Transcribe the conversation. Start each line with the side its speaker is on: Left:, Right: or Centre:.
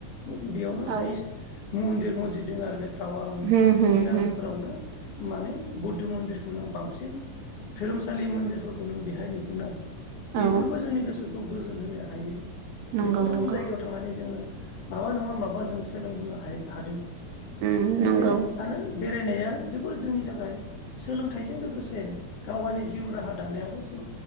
Left: बाव बेयावनो
Right: औ
Left: हायेस मन्दिर मजिद दों आरो बे टावां
Right: होम होम
Left: दिरांफोरावनो
Right: होम
Left: माने बुद्ध मन्दिर खौ नों बांसिन धोरोमसालि मोन्दिरफोरखौ नों बेहाय नुगोन आरो बेफोरबो
Right: औ
Left: जोंनि गोसो खौ गोजोन होनो हायो ।
Right: नंगौ
Left: बेफोर र'खम
Right: नंगौ
Left: जायगायाव थांनानै जोङो माबा नङा माबा जों सोलोंबोनो हायेद हादों ।
Right: उम नंगौ
Left: बेखायनो सानो बेरायनाया जोबोद जोंनि थाखाय सोलोंथाइजों लोगोसे गावगायनि जिउ राहा दानायावबो सों